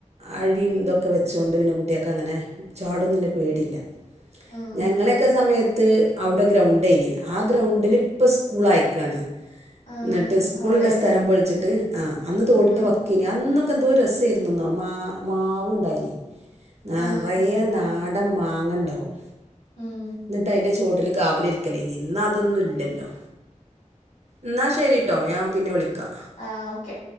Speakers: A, on the right; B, on the left.
A: അഴിയും ഇതൊക്കെ വെച്ചൊണ്ട് പിന്നെ കുട്ടിയക്കെ അങ്ങനെ ചാടൊന്നും ഇല്ല പേടില്ല
B: ആഹ്
A: ഞങ്ങളൊക്കെ സമയ ത് അവിടെ ഗ്രൗണ്ട ആയിരുന്നു ഇനി ആ ഗ്രൗണ്ടിൽ ഇപ്പം സ്കൂൾ ആയക്കയാണ്
B: ആഹ്
A: എന്നിട്ട് സ്കൂളിന്റെ
B: അവിടെല്ലേ
A: സ്ഥലം പൊളിച്ചിട്ട് ആ അന്ന് തോടിൻ്റെ
B: ആഹ്
A: വക്കിന് അന്ന് അന്ന്, എന്തോ രസായിരുന്നന്നോ മാ, മാവ് ഉണ്ടായിന് നറയെ
B: ആഹ്
A: നാ നല്ല മാങ്ങണ്ടാവും
B: ഉം
A: എന്നിട്ട് അതിന്റെ ചുവട്ടി കാവല് ഇരിക്കലേ ഇന്ന് അതൊന്നും ഇല്ലല്ലോ എന്നാ ശരിട്ടോ ഞാൻ പിന്നെ വിളിക്കാം
B: ആ, ഓക്കെ